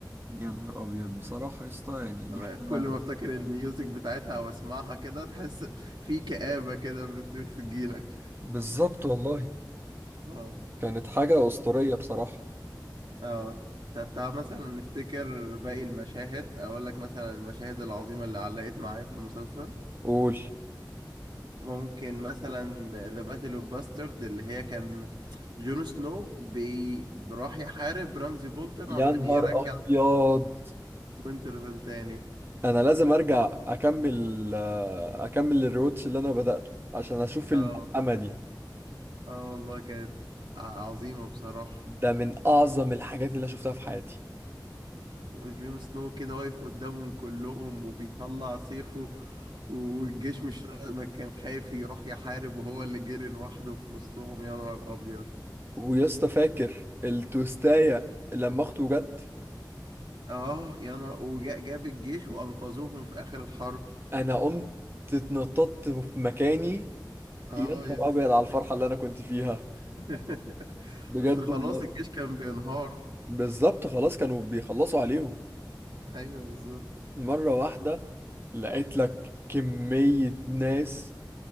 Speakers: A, on the right (about 30°); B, on the right (about 80°).
A: يا نهار ابيض بصراحة يا اسطى يعني دي
B: انا
A: حاجة
B: <laughs> كل ما افتكر الميوزك بتاعتها او اسمعها كده تحس في كآبة كده بت- بتجيلك
A: بالظبط والله
B: اه
A: كانت حاجة أسطورية بصراحة
B: اه طب تعال مثلا نفتكر باقي المشاهد اقول لك مثلا المشاهد العظيمة اللي علقت معايا في المسلسل
A: قول
B: ممكن مثلا ذا باتل اوف باسترد اللي هي كان جون سنو بي... راح يحارب رمزي بولتن
A: يا
B: عشان
A: نهار
B: يرجع
A: أبيض
B: وينترفيل تاني
A: انا لازم ارجع اكمل آه، اكمل الريوتش اللي انا بدأته عشان اشوف
B: اه
A: الملحمة دي
B: اه والله كانت ع- عظيمة بصراحة
A: ده من اعظم الحاجات اللي أنا شفتها في حياتي
B: آه، وجون سنو كده واقف قدامهم كلهم وبيطلع سيفه والجيش مش را- ما كان خايف يروح يحارب وهو اللي جري لوحده في وسطهم يا نهار ابيض
A: ويسطا فاكر التوستاية لما اخته جت
B: اه يا نهار وجاب الجيش وانقذوهم في اخر الحرب
A: انا قمت اتنططت في مكاني
B: اه
A: يا نهار
B: يس
A: ابيض على الفرحة اللي انا كنت فيها
B: <laughs>
A: بجد
B: اصل خلاص
A: والله
B: الجيش كان بينهار
A: بالظبط خلاص كانوا بيخلصوا عليهم
B: ايوه بالظبط
A: مرة واحدة لقيت لك كمية ناس